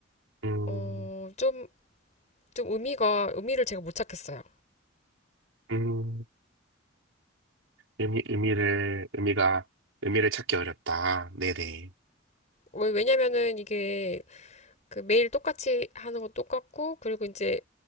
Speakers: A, on the right; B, on the left.
A: 음,
B: 어, 좀, 좀 의미가, 의미를 제가 못 찾겠어요.
A: 음, 의미, 의미를, 의미가, 의미를 찾기 어렵다. 네네.
B: 왜, 왜냐면은 이게 그 매일 똑같이 하는 거 똑같고, 그리고 이제